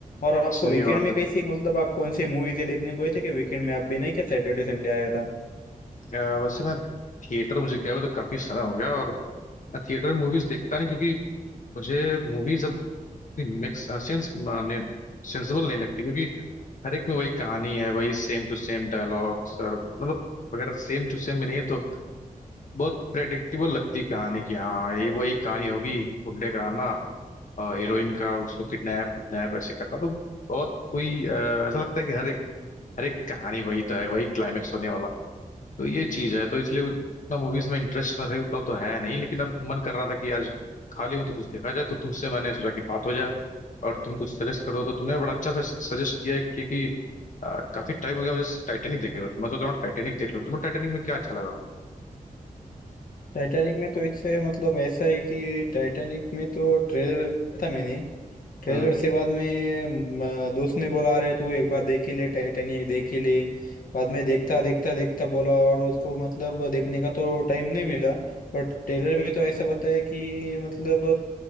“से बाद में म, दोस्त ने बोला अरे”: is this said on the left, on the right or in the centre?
Left